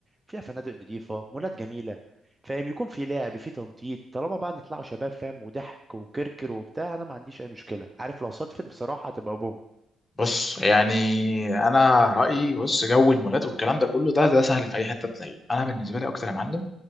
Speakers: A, on the right; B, on the left.
A: فيها فنادق نظيفه مولات جميله فاهم يكون في لعب في تنطيط طالما بقى نطلعوا شباب فاهم وضحك وكركر وبتاع انا ما عنديش اي مشكله عارف لو صدفت بصراحه هتبقى بوم
B: بص يعني انا رايي بص جو المولات والكلام ده كله ده ده سهل في اي حته تلاقيه انا بالنسبه لي اكتر يا معلم